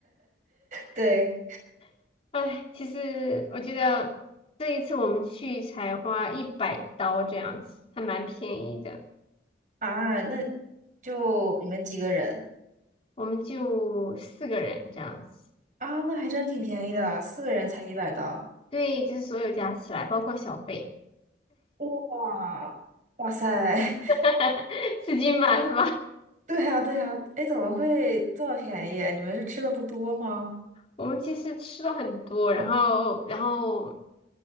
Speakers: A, on the right; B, on the left.
A: 对
B: <laughs> 唉，其实我觉得这一次我们去才花一百刀这样子，还蛮便宜的。
A: 啊，那就你们几个人
B: 我们就四个人这样子，
A: 啊？那还真挺便宜的，四个人才一百刀。
B: 对，就是所有加起来，包括小费，
A: 哇哇塞，<laughs>
B: <laughs> 四斤吧，是吧？
A: <laughs> 对呀，对呀，哎，怎么会这么便宜啊？你们是吃的不多吗？
B: 我们其实吃了很多，然后然后